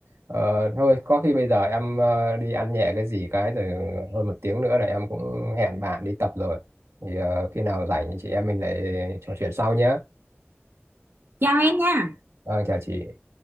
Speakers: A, on the right; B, on the right.
A: Ờ, thôi có khi bây giờ em ờ, đi ăn nhẹ cái gì cái rồi hơn một tiếng nữa là em cũng hẹn bạn đi tập rồi. Thì ờ, khi nào rảnh thì chị em mình lại trò chuyện sau nhé.
B: chào em nha
A: Vâng, chào chị.